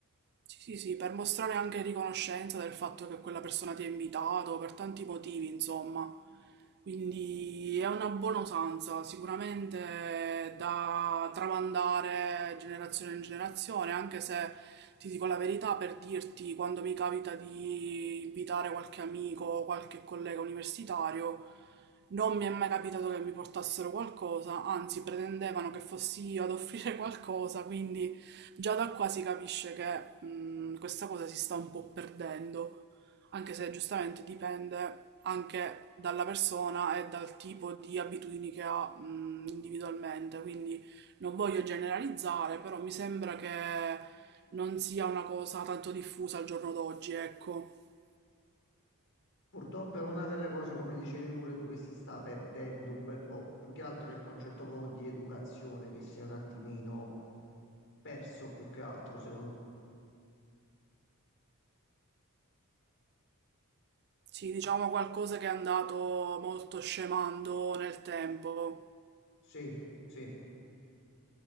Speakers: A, on the right; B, on the left.
A: Sì, sì, sì, per mostrare anche riconoscenza del fatto che quella persona ti ha invitato per tanti motivi, insomma. Quindi è una buona usanza, sicuramente da tramandare generazione in generazione, anche se ti dico la verità per dirti, quando mi capita di invitare qualche amico o qualche collega universitario, non mi è mai capitato che mi portassero qualcosa, anzi pretendevano che fossi io ad offrire qualcosa, quindi... Già da qua si capisce che mh, questa cosa si sta un po' perdendo, anche se giustamente dipende anche dalla persona e dal tipo di abitudini che ha mh, individualmente. Quindi non voglio generalizzare, però mi sembra che non sia una cosa tanto diffusa al giorno d'oggi, ecco.
B: Purtroppo è una delle cose, come dicevi pure tu, che si sta perdendo un bel po'. Più che altro è il concetto proprio di educazione, che si è un attimino perso più che altro, secondo me.
A: Sì, diciamo qualcosa che è andato molto scemando nel tempo.
B: Sì, sì,